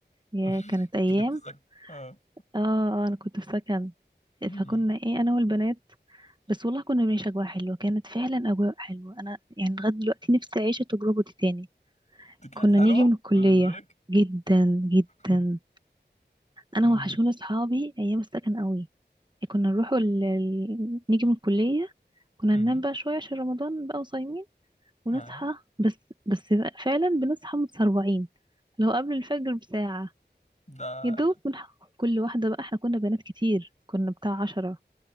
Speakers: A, on the right; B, on the left.
A: ياه
B: <laughs>
A: كانت
B: انت
A: ايام
B: كنت ساكن اه
A: اه آه، انا كنت في سكن
B: أمم.
A: فكنا ايه انا والبنات بس والله كنا بنعيش اجواء حلوه كانت فعلا اجواء حلوه انا يعني لغايه دلوقتي نفسي اعيش التجربه دي تاني
B: دي كانت
A: كنا
B: حلوه
A: نيجي من الكليه
B: بالنسبه لك
A: جدا جدا
B: <laughs> أمم.
A: انا وحشوني اصحابي ايام السكن قوي كنا نروح ال... ال- نيجي من الكليه كنا
B: أمم.
A: ننام بقى شويه عشان رمضان بقى وصايمين ونصحى
B: آه.
A: بس بس فعلا بنصحى متسرعين لو قبل الفجر بساعة
B: ده
A: يا دوب بنحقق كل واحدة بقى احنا كنا بنات كتير كنا بتاع عشرة